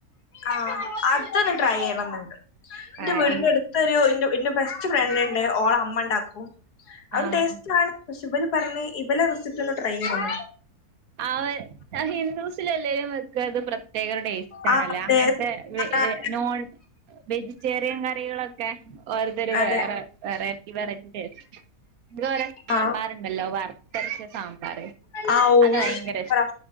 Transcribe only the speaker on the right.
ആഹ്
ഈ
ആഹ്
അവ ഹിന്ദൂസിലെല്ലാരും വെക്ക അത് പ്രത്യേകൊരു ടേസ് സ്റ്റ് ആണല്ലേ
അങ്ങൻത്തെ വെ
ഏ നോൺ വെജിറ്റേറിയൻ കറികളൊക്കെ ഓര്തൊരു
വേറ വെറൈറ്റി വെറൈറ്റി ഇത് രോ സാമ്പാറ്ണ്ടല്ലോ
വറ്ത്തരച്ച സാമ്പാറ്.
അത് ഭയങ്കര